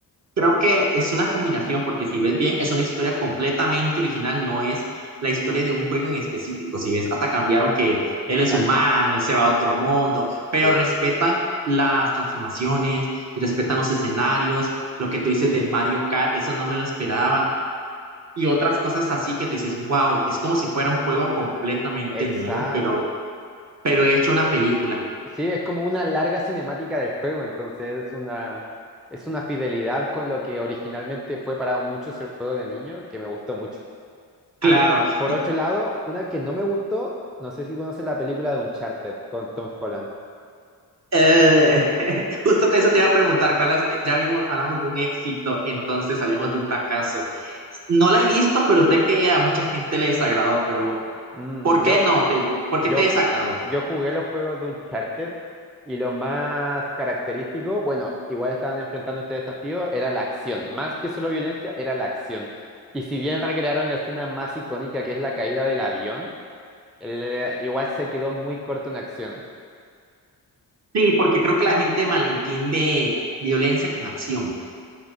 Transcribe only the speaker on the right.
Creo que es una combinación, porque si ves bien, es una historia completamente original, no es la historia de un juego en específico. Si ves, hasta cambiaron que
él es humano y se va a otro mundo, pero
respetan las transformaciones, respetan
los escenarios, lo que tú dices
del Mario Kart, eso no me lo esperaba. Y otras cosas así que tú dices, wow, es como si fuera un juego completamente
nuevo, pero pero he hecho una película,
claro.
Y,
eh, <laughs> justo te- eso te iba a preguntar, ¿cuál es? Ya vimos, hablamos de un éxito, entonces salimos de un fracaso. No la he visto, pero sé que a mucha gente le desagradó, pero
¿por
qué no? Te, por, por
qué te desagradó?
Sí, porque creo que la gente malentiende violencia con acción.